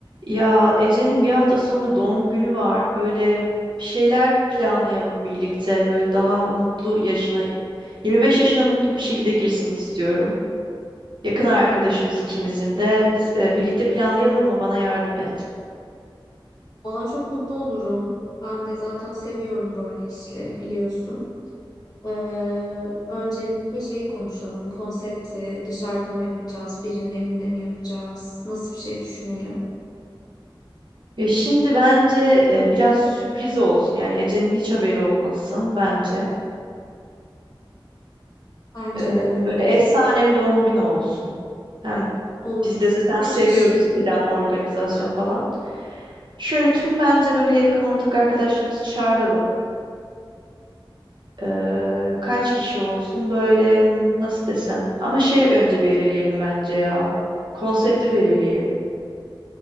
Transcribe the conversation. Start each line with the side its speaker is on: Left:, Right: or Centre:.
Right: Ya Ece'nin bir hafta sonra doğum günü var. Böyle bir şeyler planlayalım birlikte. Böyle daha mutlu yaşına, 25 yaşına mutlu bir şekilde girsin istiyorum. Yakın arkadaşımız ikimizin de. E, birlikte planlayalım mı? Bana yardım et.
Left: Ona çok mutlu olurum. Ben de zaten seviyorum böyle işleri biliyorsun. Ee, öncelikle şeyi konuşalım. Konsepti dışarıda mı yapacağız, birinin evinde mi yapacağız? Nasıl bir şey düşünelim?
Right: Ya şimdi bence e, biraz sürpriz olsun. Yani Ece'nin hiç haberi olmasın bence.
Left: Bence
Right: E,
Left: de öyle
Right: böyle
Left: olsun.
Right: efsane bir doğum günü olsun. Hem
Left: Olur.
Right: Biz de zaten
Left: Kaç
Right: seviyoruz
Left: kişi?
Right: plan, organizasyon falan. Şöyle tüm bence böyle yakın ortak arkadaşlarımızı çağıralım. Ee, kaç kişi olsun böyle hmm, nasıl desem. Ama şey önce belirleyelim bence ya. Konsepti belirleyelim.